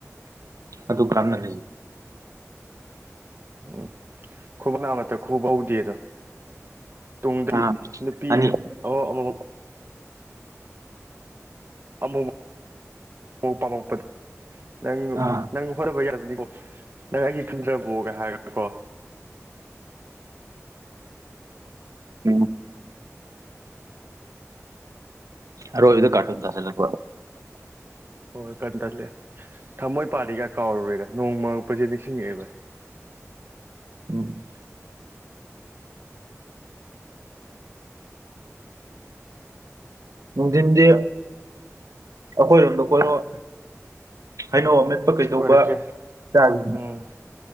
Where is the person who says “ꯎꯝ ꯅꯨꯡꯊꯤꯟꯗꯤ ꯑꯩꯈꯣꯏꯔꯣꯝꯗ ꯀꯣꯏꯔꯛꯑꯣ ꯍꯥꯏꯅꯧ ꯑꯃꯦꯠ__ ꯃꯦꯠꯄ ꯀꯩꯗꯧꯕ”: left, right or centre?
Right